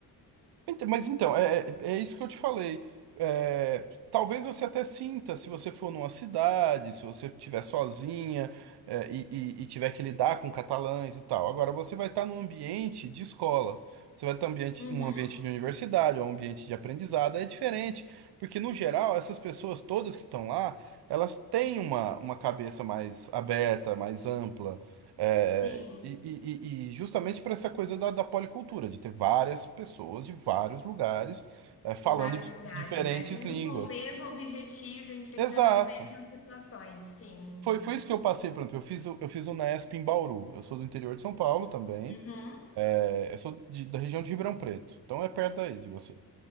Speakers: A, on the right; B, on the left.
A: Ent- Mas então, é, é é isso que eu te falei. É, talvez você até sinta, se você for numa cidade, se você estiver sozinha, é, e, e- e tiver que lidar com catalães e tal. Agora, você vai estar num ambiente de escola. Você vai estar num ambiente,
B: Uhum,
A: um ambiente de universidade, ou um ambiente de aprendizado. É diferente, porque no geral, essas pessoas todas que estão lá, elas têm uma, uma cabeça mais aberta, mais ampla. É,
B: sim,
A: e, e- e- e justamente para essa coisa da, da policultura, de ter várias pessoas de vários lugares eh, falando
B: de vários
A: de
B: lugares,
A: diferentes
B: né? Vindo
A: línguas.
B: com o mesmo objetivo, enfrentando
A: Exato.
B: as mesmas situações, sim.
A: Foi, foi isso que eu passei, por exemplo, eu fiz, o- eu fiz o Nesp em Bauru. Eu sou do interior de São Paulo também.
B: Uhum.
A: eh, eu sou de- da região de Ribeirão Preto. Então é perto daí de você.